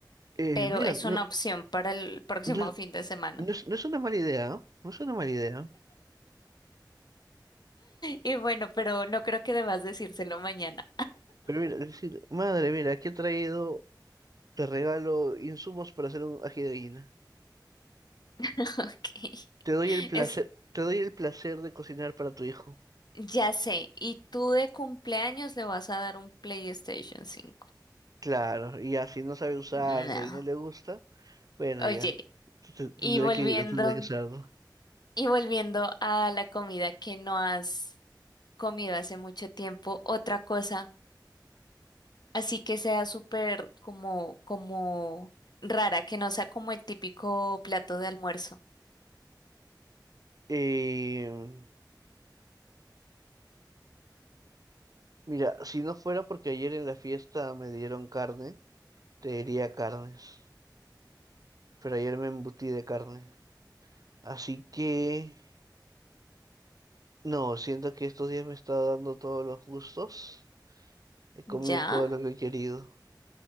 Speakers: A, on the right; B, on the left.
A: Eh,
B: Pero
A: mira,
B: es
A: no,
B: una opción para el próximo
A: no-
B: fin de semana.
A: No
B: <laughs>
A: es, no es una mala idea, ¿no? No es una mala idea.
B: Y bueno, pero no creo que debas decírselo mañana.
A: Pero mira, decir, madre, mira, aquí he traído, te regalo insumos para hacer un ají de gallina.
B: <laughs> Ok.
A: Te doy el placer,
B: Es,
A: te doy el placer de cocinar para tu hijo.
B: ya sé. ¿Y tú de cumpleaños le vas a dar un PlayStation 5.
A: Claro, y ya, si no sabe usarlo
B: No.
A: y no le gusta, bueno,
B: Oye,
A: ya, t- t-
B: y
A: tendré
B: volviendo.
A: que, tendré que usarlo.
B: Y volviendo a la comida que no has comido hace mucho tiempo, otra cosa, así que sea súper como, como rara, que no sea como el típico plato de almuerzo.
A: Eh, mira, si no fuera porque ayer en la fiesta me dieron carne, te diría carnes. Pero ayer me embutí de carne. Así que... No, siento que estos días me está dando todos los gustos. He comido
B: ¿Ya?
A: todo lo que he querido.